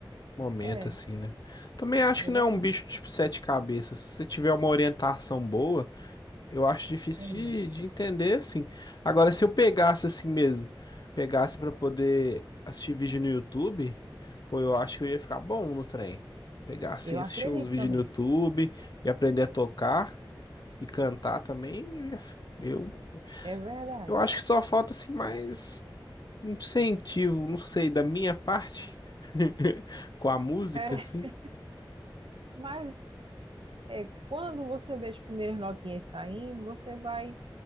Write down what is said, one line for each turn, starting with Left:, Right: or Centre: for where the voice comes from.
Left: momento,
Right: É,
Left: assim, né? Também acho
Right: é
Left: que não
Right: verdade.
Left: é um bicho tipo sete cabeças. Se você tiver uma orientação boa, Eu acho difícil
Right: É,
Left: de, de entender, assim. Agora, se eu pegasse assim mesmo, pegasse pra poder assistir vídeo no YouTube, pô, eu acho que eu ia ficar bom no trem. Pegar assim,
Right: eu
Left: assistir
Right: acredito
Left: uns vídeos
Right: também.
Left: no YouTube e aprender a tocar e cantar também, eu, ia f- eu
Right: É verdade.
Left: eu acho que só falta assim mais um incentivo, não sei, da minha parte <laughs> com a música,
Right: É,
Left: assim.
Right: mas é, quando você vê as primeiras notinhas saindo, você vai